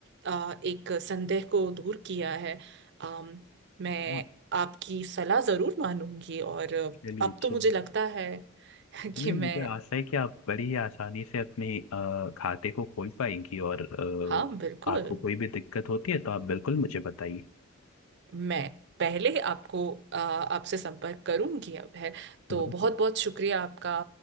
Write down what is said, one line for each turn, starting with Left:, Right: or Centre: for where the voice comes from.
Right: अ, एक संदेह को दूर किया है अम, मैं
Left: हाँ
Right: आपकी सलाह जरूर मानूंगी और
Left: चलिए
Right: अब
Left: चलिए
Right: तो मुझे लगता है <laughs>
Left: नहीं
Right: कि मैं
Left: मुझे आशा है कि आप बड़ी ही आसानी से अपने अ, खाते को खोल पाएंगी और
Right: हाँ बिल्कुल
Left: अ, आपको कोई भी दिक्कत होती है तो आप बिल्कुल मुझे बताइए
Right: मैं पहले आपको अ, आपसे संपर्क करूंगी अब है तो
Left: बिल्कुल
Right: बहुत बहुत शुक्रिया आपका